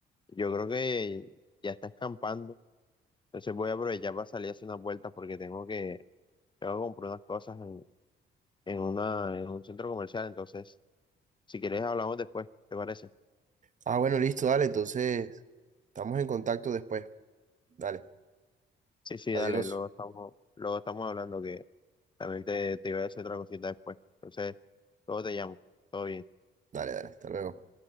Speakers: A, on the left (about 25°); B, on the right (about 40°).
A: yo creo que ya está escampando, entonces voy a aprovechar para salir a hacer unas vueltas porque tengo que, tengo que comprar unas cosas en, en una, en un centro comercial, entonces, si quieres hablamos después, ¿te parece?
B: Ah, bueno, listo, dale, entonces estamos en contacto después. Dale,
A: Sí, sí,
B: adiós.
A: dale, luego estamos, luego estamos hablando que También te, te iba a decir otra cosita después. Entonces, luego te llamo. Todo bien.
B: Dale, dale, hasta luego.